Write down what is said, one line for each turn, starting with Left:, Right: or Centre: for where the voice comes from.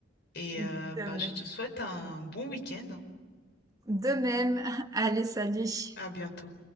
Left: et
Right: De
Left: euh, bah
Right: même.
Left: je te souhaite un bon week-end. hein.
Right: De même. <laughs> Allez, salut.
Left: À bientôt.